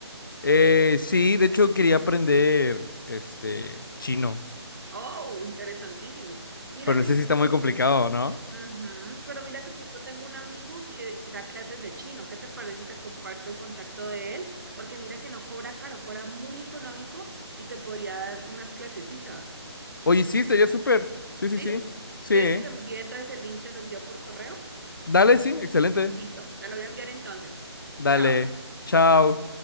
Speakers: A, on the left; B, on the right.
A: Eh, sí, de hecho quería aprender este chino,
B: Oh, interesantísimo. Mira
A: pero no
B: que
A: sé
B: justo
A: si está muy complicado, ¿no?
B: Ujú, Pero mira que justo tengo un amigo que da clases de chino. ¿Qué te parece si te comparto el contacto de él? Porque mira que no cobra caro, cobra muy económico y te podría dar unas clasecitas.
A: Oye, sí, estaría súper. Sí,
B: ¿Sí?
A: sí, sí. Sí.
B: ¿Quieres
A: ¿eh?
B: que te envíe entonces el link? Te lo envío por correo.
A: Dale, sí, excelente.
B: Listo, te lo voy a enviar entonces.
A: Dale.
B: Chao.
A: Chao.